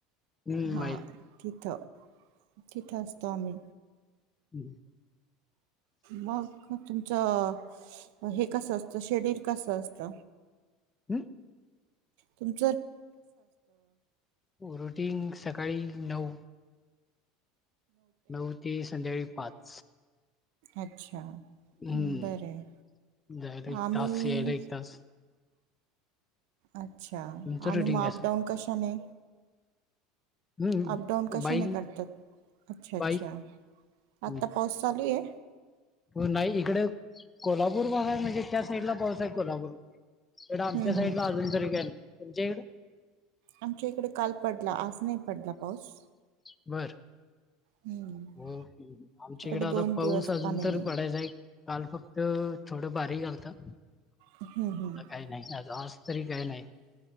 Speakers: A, on the left (about 20°); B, on the right (about 70°).
A: हम्म
B: हा
A: माहित
B: तिथं. तिथं असतो आम्ही.
A: हम्म.
B: मग. मग तुमचं अ-हे कसं असतं शेड्यूल कस असत?
A: हम.
B: तुम-
A: रुटीन सकाळी नऊ. नऊ ते संध्याळी पाच.
B: अच्छा.
A: हम्म...
B: बरं आहे
A: जायला एक
B: आम्ही
A: तास.. यायला एक तास..
B: अच्छा
A: तुमचं
B: आणि
A: रुटीन
B: मग
A: कसं
B: अपडाऊन
A: आहे?
B: कशाने..
A: हम्म
B: अपडाऊन कशाने
A: बाईक
B: करतात. अच्छा अच्छा
A: बाईक
B: आता
A: हं.
B: पाऊस चालू आहे.
A: नाही इकडे कोल्हापूर भाग आहे म्हणजे त्या साईडला पाऊस आहे कोल्हापूरला. इकडं आमच्या
B: हम्म
A: साईडला
B: हम्म
A: अजून तरी काय नाही. तुमच्या इकडं.
B: आमच्या इकडे काल पडला. आज नाही पडला पाऊस.
A: बरं.
B: हम्म
A: हो आमच्याकडे आता
B: दोन
A: पाऊस
B: दिवस
A: अजून
B: पाणी
A: तर
B: नाही
A: पडायचा आहे. काल फक्त- थोडं बारीक आलत. आता
B: हम्म हम्म
A: काही नाही आज आज तरी काही नाही.